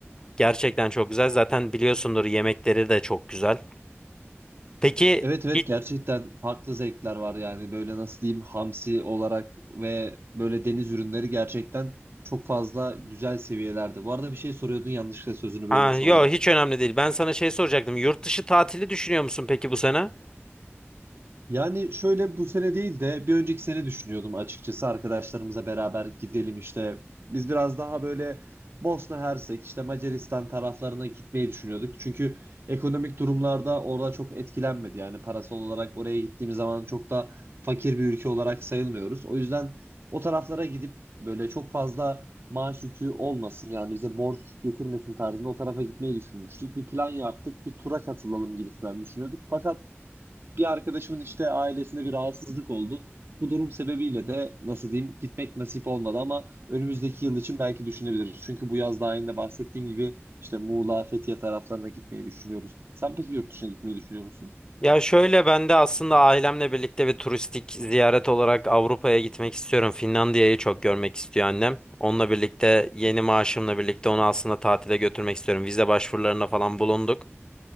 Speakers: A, on the left; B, on the right.
A: Gerçekten çok güzel. Zaten biliyorsundur yemekleri de çok güzel. Peki
B: Evet evet
A: hiç,
B: gerçekten farklı zevkler var yani böyle nasıl diyeyim hamsi olarak ve böyle deniz ürünleri gerçekten çok fazla güzel seviyelerde. Bu arada bir şey soruyordun yanlışlıkla sözünü
A: ha,
B: bölmüş
A: yo
B: oldum.
A: hiç önemli değil. Ben sana şey soracaktım. Yurt dışı tatili düşünüyor musun peki bu sene?
B: Yani şöyle bu sene değil de bir önceki sene düşünüyordum açıkçası arkadaşlarımıza beraber gidelim işte. Biz biraz daha böyle Bosna Hersek işte Macaristan taraflarına gitmeyi düşünüyorduk. Çünkü ekonomik durumlarda orada çok etkilenmedi. Yani parasal olarak oraya gittiğimiz zaman çok da fakir bir ülke olarak sayılmıyoruz. O yüzden o taraflara gidip böyle çok fazla maaş yükü olmasın yani bize borç getirmesin tarzında o tarafa gitmeyi düşünmüştük. Bir plan yaptık bir tura katılalım gibisinden düşünüyorduk. Fakat bir arkadaşımın işte ailesinde bir rahatsızlık oldu. Bu durum sebebiyle de nasıl diyeyim gitmek nasip olmadı ama önümüzdeki yıl için belki düşünebiliriz. Çünkü bu yaz daha önce bahsettiğim gibi işte Muğla, Fethiye taraflarına gitmeyi düşünüyoruz. Sen peki yurt dışına gitmeyi düşünüyor musun?
A: Ya şöyle ben de aslında ailemle birlikte bir turistik ziyaret olarak Avrupa'ya gitmek istiyorum. Finlandiya'yı çok görmek istiyor annem. Onunla birlikte yeni maaşımla birlikte onu aslında tatile götürmek istiyorum. Vize başvurularına falan bulunduk.